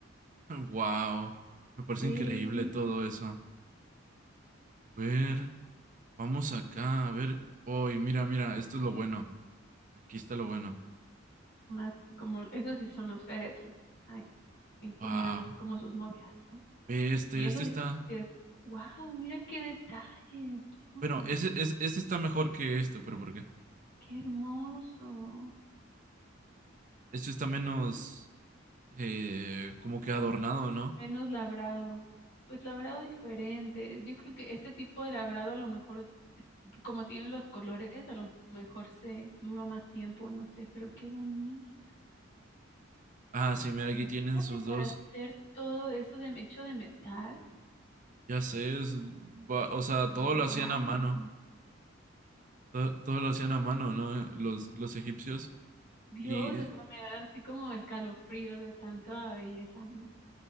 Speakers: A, on the right (about 40°); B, on the left (about 60°).
A: <laughs> Wow, me parece
B: Sí,
A: increíble todo eso. A ver, vamos acá, a ver. Uy, mira, mira, esto es lo bueno. Aquí está lo bueno.
B: Más como, esos sí son los féretros. Ahí, ahí ponían
A: Wow,
B: como sus momias, ¿no?
A: ve este,
B: Y eso
A: este
B: sí,
A: está.
B: es, sí es, wow, mira qué detalles, hombre.
A: Bueno, ese, es- este está mejor que este, pero ¿por qué?
B: Qué hermoso.
A: Este está menos eh, como que adornado, ¿no?
B: Menos labrado. Pues labrado diferente. Yo creo que este tipo de labrado a lo mejor, como tiene los colores, a lo mejor se duró más tiempo, no sé, pero qué bonito.
A: Ah, sí, mira, aquí tienen
B: Imagínate
A: sus
B: para
A: dos.
B: hacer todo eso de hecho de metal.
A: Ya sé, es- va- o sea, todo
B: Wow.
A: lo hacían a mano. To- Todo, lo hacían a mano, ¿no? Los, los egipcios.
B: Dios,
A: Y
B: hasta me da así como escalofrío de tanta belleza, ¿no?